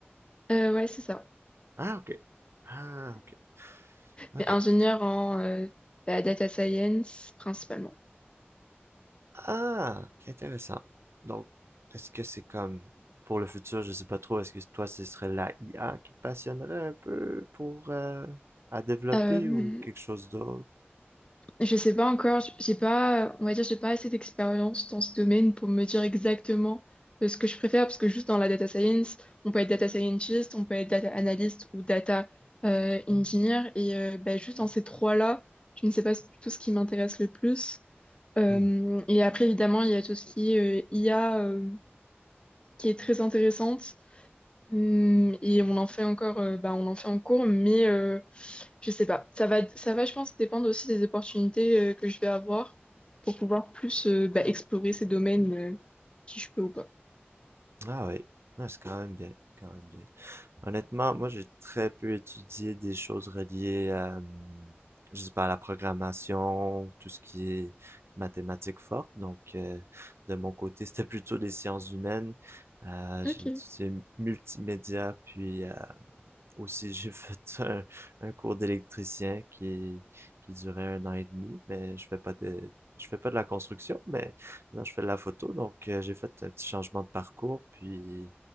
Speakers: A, on the left (about 25°); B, on the right (about 80°).
A: Euh, ouais, c'est ça.
B: Ah, OK. Ah, OK. OK.
A: Mais ingénieur en euh, bah, data science principalement.
B: Ah, intéressant. Donc, est-ce que c'est comme. Pour le futur, je sais pas trop, est-ce que toi, ce serait la IA qui te passionnerait un peu pour. euh, à développer
A: Euh,
B: ou quelque chose d'autre?
A: Je sais pas encore, j- j'ai pas, on va dire, j'ai pas assez d'expérience dans ce domaine pour me dire exactement euh, ce que je préfère, parce que juste dans la data science, on peut être data scientist, on peut être data analyst ou data euh, engineer, et euh, bah, juste dans ces trois-là, je ne sais pas du tout ce qui m'intéresse le plus. Euh,
B: Hmm.
A: et après, évidemment, il y a tout ce qui est euh, IA euh, qui est très intéressante, Hum, et on en fait encore, euh, bah, on en fait en cours, mais euh, je sais pas. Ça va, ça va, je pense, dépendre aussi des opportunités euh, que je vais avoir pour pouvoir plus euh, bah, explorer ces domaines euh, si je peux ou pas.
B: Ah, oui. Ah, c'est quand même bien. C'est quand même bien. Honnêtement, moi, j'ai très peu étudié des choses reliées à, hum, je sais pas, à la programmation, tout ce qui est mathématiques fortes. Donc, euh, de mon côté, <laughs> c'était plutôt des sciences humaines. Euh, j'ai
A: Ok,
B: étudié multimédia, puis euh, aussi, j'ai fait <laughs> un, un cours d'électricien qui, qui durait un an et demi, mais je fais pas de, je fais pas de la construction, mais non, je fais de la photo, donc euh, j'ai fait un petit changement de parcours, puis